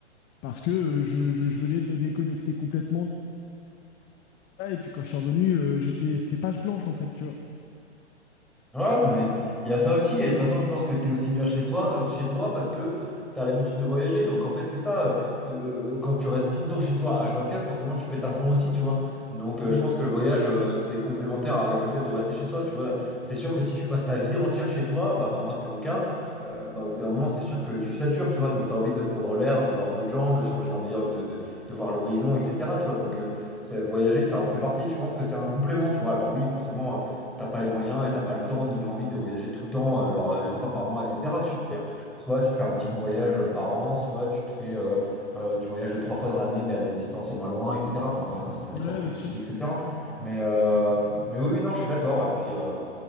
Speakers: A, on the left; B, in the centre.
A: parce que euh, je, je, je venais de me déconnecter complètement de ça, et puis quand je suis revenu euh, j'étais c'était page blanche en fait, tu vois.
B: Ouais, non, mais il y a ça aussi. Et de toute façon, je pense que tu es aussi bien chez soi, euh, chez toi parce que tu as l'habitude de voyager. Donc, en fait, c'est ça. euh, euh, quand tu restes tout le temps chez toi, H24, forcément, tu pètes un plomb aussi, tu vois. Donc, euh,
A: Mm.
B: je pense que le voyage, euh, c'est complémentaire avec le fait de rester chez soi, tu vois. C'est sûr que si tu passes ta vie entière chez toi, bah, enfin, moi, c'est mon cas, euh, bah, au bout d'un moment, c'est sûr que tu satures, tu vois. Donc, tu as envie de prendre l'air, de voir d'autres gens, de changer d'environnement, de, de, de voir l'horizon, etc., tu vois. Donc, euh, ça- voyager, ça en fait partie. Je pense que c'est un complément, tu vois. Alors, oui, forcément t'as pas les moyens et t'as pas le temps ni l'envie de voyager tout le temps, euh, genre, euh, une fois par mois, etc. Tu te fais, soit tu te fais un petit voyage euh, par an, soit tu te fais, euh, euh, tu voyages deux, trois fois dans l'année, mais à des distances moins loin, etc. Enfin, encore une fois, ça, ça dépend
A: Ouais,
B: de tes
A: bien
B: budgets,
A: sûr.
B: etc. Mais, euh, mais oui, oui, non, je suis d'accord. Et puis, euh,